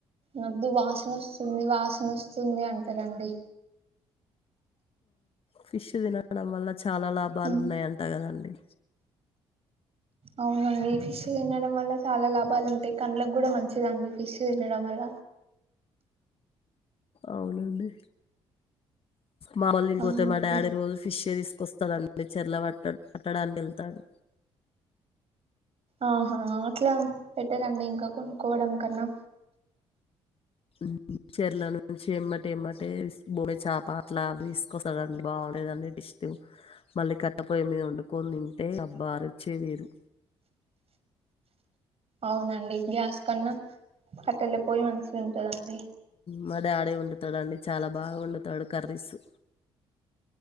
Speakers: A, on the right; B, on the left.
A: వద్దు వాసన వస్తుంది వాసన వస్తుంది అంటారండి
B: ఫిష్ తినడం వళ్ళ చాలా లాభాలు
A: మ్మ్
B: ఉన్నాయంట కదండి
A: అవునండి ఫిష్ తినడం వల్ల చాలా లాభాలు ఉంటాయి కళ్లకు కూడా మంచిదండి ఫిష్ తినడం వల్ల
B: అవునండి మావోలు ఇం
A: అవునండి
B: పోతే మా డాడీ రోజు ఫిష్ తీసుకొస్తాదండి చెరల పట్ట పట్టడానికి వెళ్తాడు
A: ఆహా అట్లా పెట్టరండి ఇంకా కొనుక్కోవడం కన్నా
B: ఉ చెరల నుంచి ఏమ్మటి ఏమ్మటే భూమి చేప అట్లా తీసుకొస్తాడండి బాగలేదు అన్న ఇష్టం మళ్ళీ కట్టపోయ మీద వండు తింటే <inaudible> చేయనిరు
A: అవునండి గ్యాస్ కన్నా కట్టలే పోయి మంచిగా ఉంటదండి
B: మా డాడీ వండుతాడండి చాలా బాగా వండుతాడు కర్రీసు